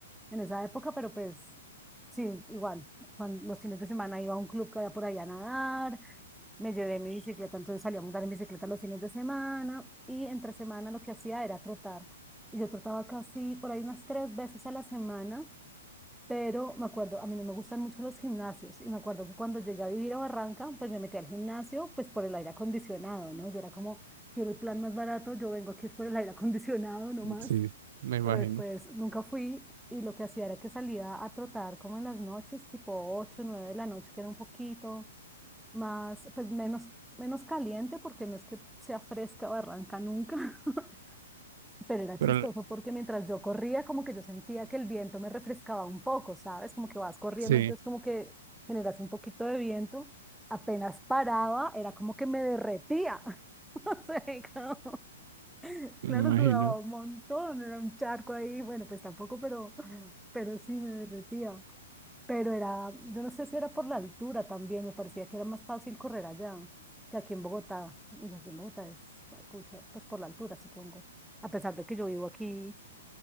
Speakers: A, in the centre; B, on the right.
A: en esa época, pero pues sí, igual. cuan- los fines de semana iba a un club que había por allá a nadar, me llevé mi bicicleta, entonces salía a montar en bicicleta los fines de semana y entre semana lo que hacía era trotar. Y yo trotaba casi por ahí unas tres veces a la semana, pero me acuerdo, a mí no me gustan mucho los gimnasios y me acuerdo que cuando llegué a vivir a Barranca, pues me metí al gimnasio pues por el aire acondicionado, ¿no? Yo era como, quiero el plan más barato, yo vengo aquí es por el aire acondicionado nomás,
B: Sí, me imagino.
A: pero después nunca fui. Y lo que hacía era que salía a trotar como en las noches, tipo 8 9 de la noche, que era un poquito, más, pues menos, menos caliente porque no es que sea fresca o arranca nunca, <laughs> pero era chistoso
B: Pero
A: porque mientras yo corría como que yo sentía que el viento me refrescaba un poco, ¿sabes? Como que vas corriendo,
B: sí,
A: entonces como que generas un poquito de viento, apenas paraba, era como que me derretía. <laughs> O sea, como- <laughs>
B: me
A: claro,
B: imagino.
A: sudaba un montón, era un charco ahí, bueno, pues tampoco, pero, pero sí me derretía. Pero era, yo no sé si era por la altura también, me parecía que era más fácil correr allá que aquí en Bogotá. Uy, aquí en Bogotá es, pucha, pues por la altura, supongo. A pesar de que yo vivo aquí